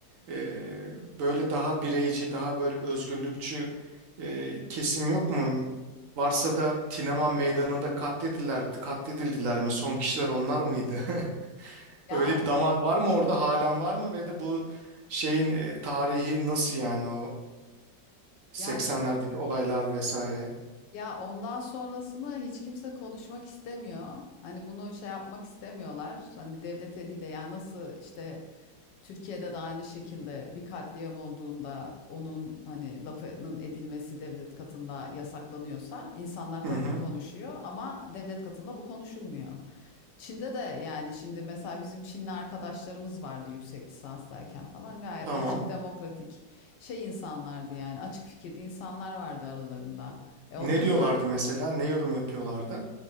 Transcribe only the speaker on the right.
Ee, böyle daha bireyci, daha böyle özgürlükçü e, kesim yok mu? Varsa da Tineman Meydanı'nda katledildiler, katledildiler mi? Son kişiler onlar mıydı? <laughs>
Öyle bir damar var mı orada? Halen var mı? Ve de bu şeyin e, tarihi nasıl yani o 80'lerdeki
olaylar vesaire?
Hı
hı,
tamam.
Ne diyorlardı
mesela? Ne yorum yapıyorlardı?